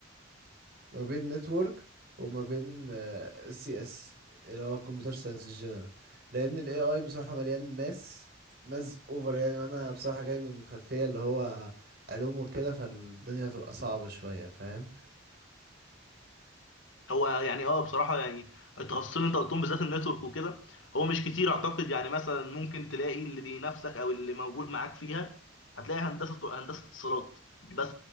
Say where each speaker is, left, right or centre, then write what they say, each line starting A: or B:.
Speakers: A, on the right; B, on the left.
A: ما بين نتورك وما بين آه، سي اس اللي هو كمبيوتر ساينس الجنرال لان الاي اي بصراحه مليان ماس ماس اوفر يعني وانا بصراحه جاي من خلفيه اللي هو علوم وكده فالدنيا هتبقى صعبه شويه فاهم
B: هو يعني اه بصراحه يعني التخصصين اللي انت قلتهم بالذات النتورك وكده هو مش كتير اعتقد يعني مثلا ممكن تلاقي اللي بينافسك او اللي موجود معاك فيها هتلاقي هندسه هندسه اتصالات بس